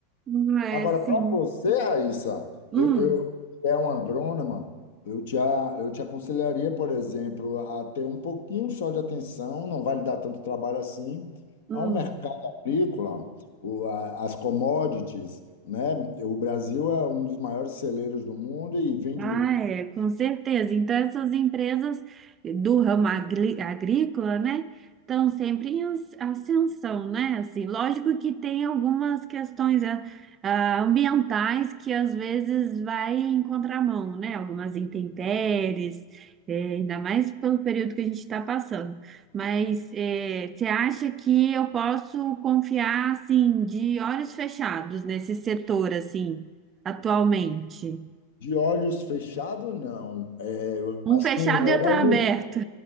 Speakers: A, on the right; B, on the left.
A: Não é
B: Agora,
A: assim.
B: para você, Raíssa,
A: Hum,
B: eu, eu que é uma agrônoma, eu te, a- eu te aconselharia, por exemplo, a ter um pouquinho só de atenção, não vai lhe dar tanto trabalho assim,
A: hum.
B: a um mercado agrícola, o, a- as commodities, né? O Brasil é um dos maiores celeiros do mundo e vende
A: Ah, é, com certeza. Então, essas empresas do ramo agri- agrícola, né, estão sempre em as- ascensão, né? Assim, lógico que tem algumas questões ah, ah, ambientais que às vezes vai em contramão, né? Algumas intempéries, eh, ainda mais pelo período que a gente está passando. Mas eh, você acha que eu posso confiar, assim, de olhos fechados nesse setor, assim, atualmente?
B: de olhos fechados, não, é,
A: Um
B: mas
A: fechado
B: com óleo
A: e outro aberto.